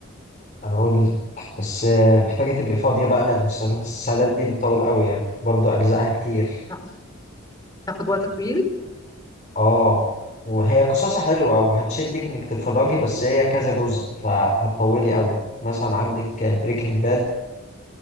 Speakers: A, on the left (about 35°); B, on the left (about 20°).
A: أقول لك بس آه، محتاجة تبقي فاضية بقى لأن المسلسلات دي بتطول قوي يعني برضو أجزائها كتير
B: تاخد تاخد وقت طويل
A: اه وهي قصصها حلوة وهتشدك انك تتفرجي بس هي كذا جزء فهتطولي قوي مثلا عندك بريكنج باد